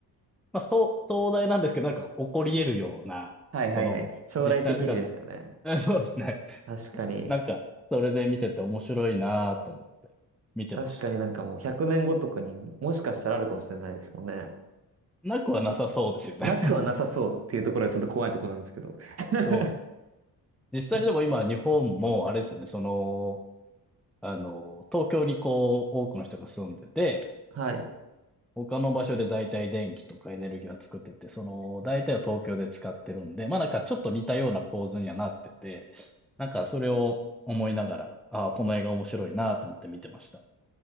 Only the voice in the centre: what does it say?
まあ、そう、壮大なんですけど、なんか起こり得るような、
この、
実際の世界でも、<laughs> そうですね。
なんか、それで見てて面白いなぁと思って見てました。
なくはなさそうですよね。
<laughs>
そうです。実際にでも今、
日本も、あれですよね、その、あの、東京にこう、多くの人が住んでて、
他の場所で大体電気とかエネルギーは作ってて、その大体を東京で使ってるんで、まあなんかちょっと似たような構図にはなってて、なんかそれを思いながら、ああ、この映画面白いなと思って見てました。